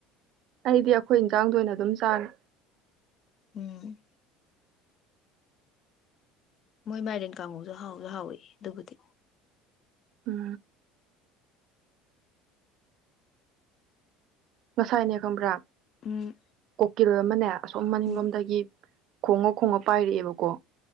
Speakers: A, on the right; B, on the left.
A: ꯑꯩꯗꯤ ꯑꯩꯈꯣꯏ ꯏꯟꯁꯥꯡꯗꯣ ꯑꯣꯏꯅ ꯑꯗꯨꯝ ꯆꯥꯡꯔꯦ
B: ꯎꯝ ꯃꯣꯏ ꯃꯥꯏꯔꯦꯟ ꯀꯥꯡꯉꯧꯁꯨ ꯍꯥꯎꯁꯨ ꯍꯥꯎꯋꯤ ꯑꯗꯨꯕꯨꯗꯤ
A: ꯎꯝ ꯉꯁꯥꯏꯅꯦ ꯈꯪꯕ꯭ꯔꯥ
B: ꯎꯝ
A: ꯀꯣꯀꯤꯜ ꯑꯃꯅꯦ ꯑꯁꯣꯝ ꯃꯅꯤꯡꯂꯣꯝꯗꯒꯤ
B: ꯎꯝ
A: ꯈꯣꯡꯉ ꯈꯣꯡꯉ ꯄꯥꯏꯔꯛꯑꯦꯕꯀꯣ